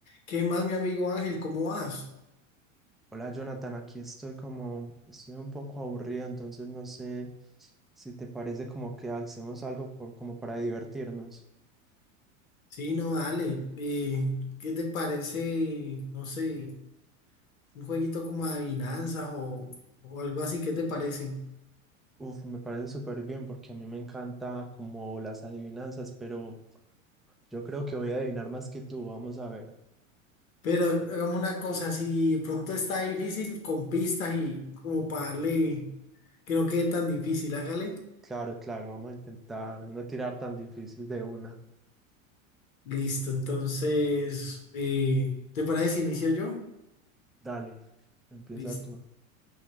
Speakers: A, on the left; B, in the centre.
A: ¿Qué más, mi amigo Ángel? ¿Cómo vas?
B: Hola Jonathan, aquí estoy como, estoy un poco aburrido, entonces no sé si te parece como que hacemos algo por- como para divertirnos.
A: Sí, no, dale. Eh, ¿qué te parece, no sé, un jueguito como adivinanzas o, o algo así? ¿Qué te parece?
B: Uf, me parece súper bien porque a mí me encanta como las adivinanzas, pero yo creo que voy a adivinar más que tú, vamos a ver.
A: Pero hagamos una cosa, si de pronto está difícil con pistas y como para darle que no quede tan difícil, hágale.
B: Claro, claro, vamos a intentar no tirar tan difícil de una.
A: Listo, entonces, eh, ¿te parece si inicio yo?
B: Dale, empieza
A: Listo.
B: tú.